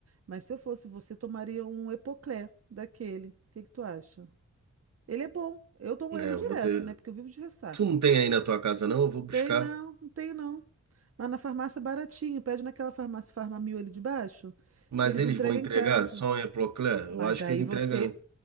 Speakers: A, on the right; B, on the right.
A: Mas se eu fosse você, tomaria um Epoclé daquele. O que que tu acha? Ele é bom. Eu tomo
B: É,
A: ele
B: eu
A: direto,
B: vou ter.
A: né? Porque eu vivo de ressaca.
B: Tu não tem aí na tua casa, não? Eu vou buscar.
A: Tem não, não tem não. Mas na farmácia é baratinho. Pede naquela farmácia Farmamil ali de baixo,
B: Mas
A: que eles
B: eles
A: entregam
B: vão entregar?
A: em casa.
B: Sonha, Procler? Eu
A: Mas
B: acho
A: aí
B: que ele entrega.
A: você,